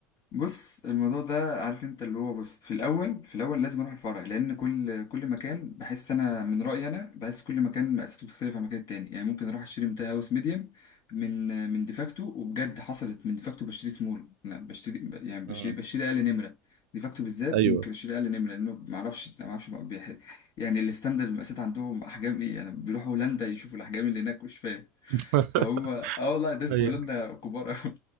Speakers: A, on the left; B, on the right.
A: بص الموضوع ده عارف انت اللي هو بص في الاول في الاول لازم اروح الفرع لان كل كل مكان بحس انا من رايي انا بحس كل مكان مقاساته بتختلف عن المكان التاني يعني ممكن اروح اشتري منتهى هاوس ميديم من من ديفاكتو وبجد حصلت من ديفاكتو بشتري سمول انا بشتري ب- يعني بشتري
B: امم
A: بشتري اقل نمره ديفاكتو بالذات
B: ايوه
A: ممكن اشتري اقل نمره لانه ما اعرفش ما اعرفش بقى بيح- يعني الستاندرد المقاسات عندهم احجام ايه يعني بيروحوا هولندا يشوفوا الاحجام اللي هناك مش فاهم
B: <laughs>
A: فهم اه والله الناس
B: ايوه
A: في هولندا كبار أوي.